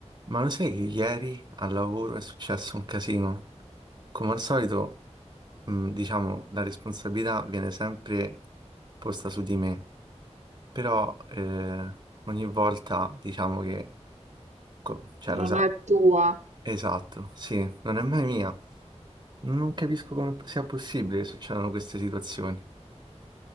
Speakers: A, on the right; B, on the right.
A: Ma lo sai che ieri al lavoro è successo un casino? Come al solito, mh, diciamo, la responsabilità viene sempre posta su di me, però eh, ogni volta diciamo che... co- Cioè,
B: Non
A: lo sai,
B: è tua.
A: esatto, sì, non è mai mia. Non capisco come sia possibile che succedano queste situazioni.